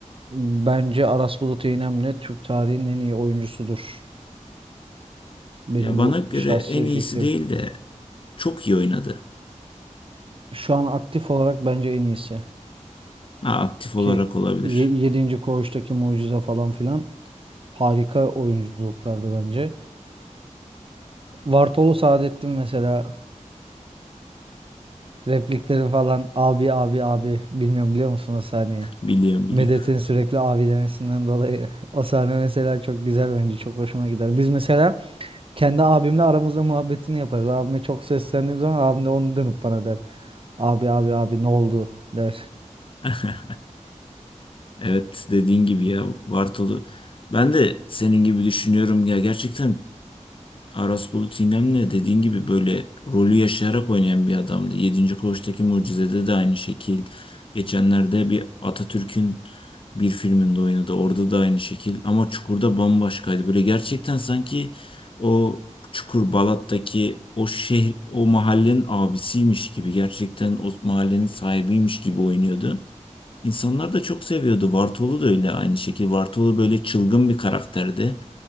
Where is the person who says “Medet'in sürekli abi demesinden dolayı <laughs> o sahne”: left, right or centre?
Right